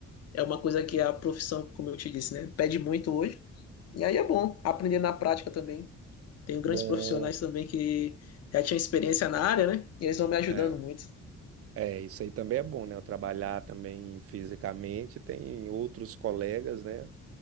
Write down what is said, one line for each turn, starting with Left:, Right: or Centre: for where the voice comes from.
Left: é uma coisa que a profissão, como eu te disse, né, pede muito hoje. E aí é bom aprender na prática também. Tenho grandes
Right: Bom,
Left: profissionais também que já tinham experiência na área, né? E eles vão me ajudando
Right: é.
Left: muito.
Right: É, isso aí também é bom, né? Eu trabalhar também fisicamente, tem outros colegas, né?